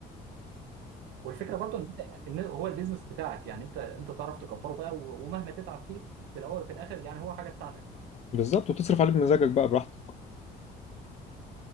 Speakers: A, on the right; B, on the left.
A: والفكره برضو ان انت يعني، ان هو البيزنس بتاعك يعني انت انت تعرف تكبره بقى و- ومهما تتعب فيه في الاول وفي الاخر يعني هو حاجه بتاعتك
B: بالظبط وتصرف عليه بمزاجك بقى براحتك